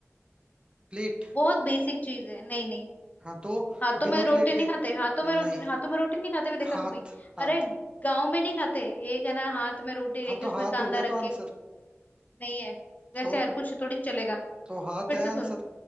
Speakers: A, on the right (about 20°); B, on the left (about 35°).
A: प्लेट
B: बहुत बेसिक चीज है नहीं नहीं
A: हाँ तो
B: हाथों
A: बिना
B: में रोटी
A: प्लेट
B: नहीं
A: के
B: खाते हाथों में
A: नहीं
B: रोटी हाथों में रोटी नहीं खाते हुए देखा
A: हाथ
B: कभी
A: हाथ
B: अरे गांव में नहीं खाते एक है ना हाथ में रोटी लेके
A: हाँ तो
B: उसमें
A: हाथ
B: कांदा
A: हो गया
B: रख
A: तो आंसर
B: के नहीं है वैसे
A: तो
B: हर कुछ थोड़ी चलेगा
A: तो हाथ
B: फिर
A: है
B: से
A: आंसर
B: सुन